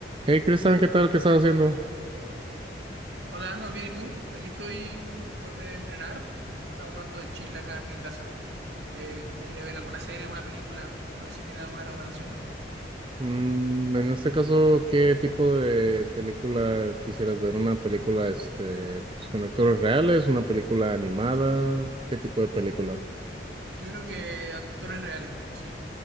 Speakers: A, on the right (about 30°); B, on the right (about 70°).
A: Hey Cristian, ¿qué tal? ¿Qué estás haciendo?
B: Hola, Arnold, bien, ¿y tú? Aquí estoy después de entrenar. Estaba un rato de chill acá en mi casa. Eh, quería ver alguna serie, alguna película. No sé si tienen alguna recomendación.
A: Mm, en este caso, ¿qué tipo de película quisieras ver? ¿Una película este, pues, con actores reales? ¿Una película animada? ¿Qué tipo de película?
B: Yo creo que actores reales, sí.